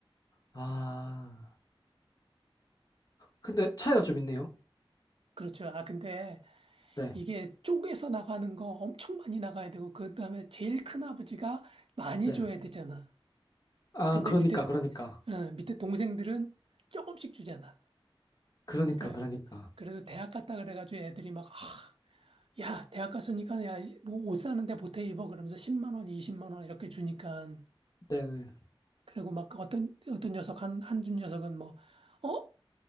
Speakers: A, on the left; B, on the right.
A: 아. 근데 차이가 좀 있네요.
B: 그렇죠. 아 근데
A: 네.
B: 이게 쪼개서 나가는 거 엄청 많이 나가야 되고, 그 다음에 제일 큰 아버지가 많이
A: 네.
B: 줘야 되잖아.
A: 아,
B: 근데
A: 그러니까
B: 밑에,
A: 그러니까.
B: 어, 밑에 동생들은 조금씩 주잖아.
A: 그러니까
B: 그래.
A: 그러니까.
B: 그래도 대학 갔다 그래가지고 애들이 막, 아, 야, 대학 갔으니까, 야, 뭐 옷 사는데 보태 입어. 그러면서 10만 원, 20만 원 이렇게 주니까.
A: 네. 네.
B: 그리고 막 어떤, 어떤 녀석, 한, 한준 녀석은 뭐, 어?